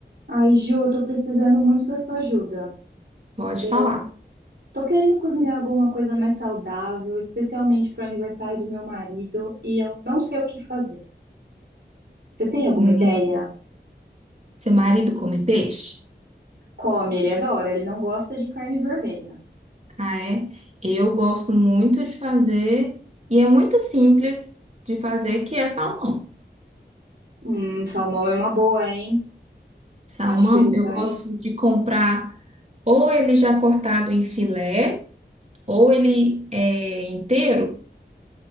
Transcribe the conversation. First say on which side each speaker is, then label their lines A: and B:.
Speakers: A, on the right; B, on the right.
A: Ai, Ju, eu tô precisando muito da sua ajuda.
B: Pode
A: Eu
B: falar.
A: tô querendo cozinhar alguma coisa mais saudável, especialmente pro aniversário do meu marido, e eu não sei o que fazer. Você tem alguma
B: Hum,
A: ideia?
B: Seu marido come peixe?
A: Come, ele adora, ele não gosta de carne vermelha.
B: Ah, é? Eu gosto muito de fazer, e é muito simples de fazer, que é salmão.
A: Hum, salmão é uma boa, hein?
B: Salmão,
A: Acho que ele
B: eu
A: vai.
B: gosto de comprar ou ele já cortado em filé, ou ele é inteiro.